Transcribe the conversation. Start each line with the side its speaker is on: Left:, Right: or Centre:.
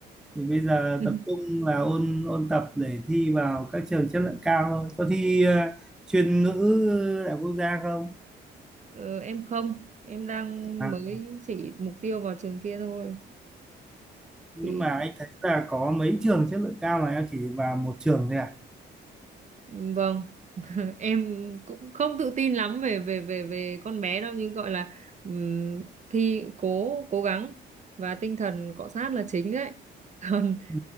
Centre: Thì bây giờ
Right: <laughs>
Centre: tập trung là ôn ôn tập để thi vào các trường chất lượng cao thôi. Có thi ờ, chuyên ngữ đại học quốc gia không?
Right: Ờ, em không em đang
Centre: À,
Right: mới chỉ mục tiêu vào trường kia thôi
Centre: nhưng
Right: thì
Centre: mà anh thấy là có mấy trường chất lượng cao mà em chỉ vào một trường thôi à?
Right: ừ, vâng <laughs> em cũng không tự tin lắm về về về về con bé đâu nhưng gọi là ừm, thi cố cố gắng và tinh thần cọ sát là chính đấy <laughs> còn
Centre: Ừ.